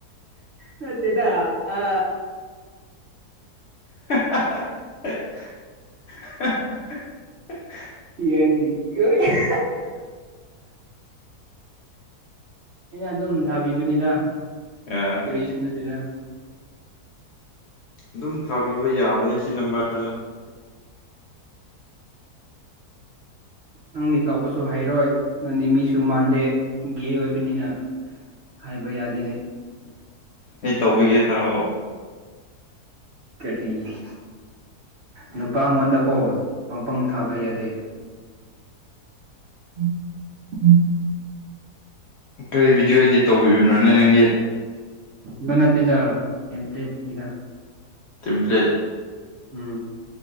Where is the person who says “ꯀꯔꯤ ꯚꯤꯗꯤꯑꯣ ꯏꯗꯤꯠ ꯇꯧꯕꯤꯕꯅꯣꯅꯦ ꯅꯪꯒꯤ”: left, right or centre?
Left